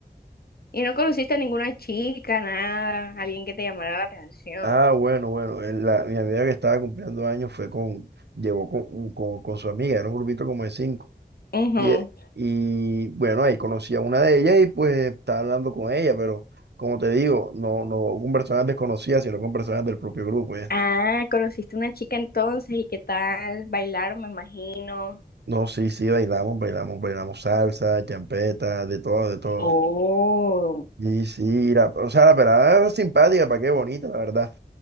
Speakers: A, on the left; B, on the right.
A: Y no conociste a ninguna chica, nada, alguien que te llamara la atención.
B: Ah, bueno, bueno, el- la- mi amiga que estaba cumpliendo años fue con, llevó con, con, con su amiga, era un grupito como de cinco.
A: Ujú.
B: Y, e- y bueno, ahí conocí a una de ellas y pues estaba hablando con ella, pero como te digo, no, no con personas desconocidas, sino con personas del propio grupo. ya.
A: Ah, conociste una chica entonces y qué tal, bailaron, me imagino.
B: No, sí, sí, bailamos, bailamos, bailamos salsa, champeta, de todo, de todo.
A: Oh,
B: Y sí, la- o sea, la pelada era simpática, para qué bonita, la verdad.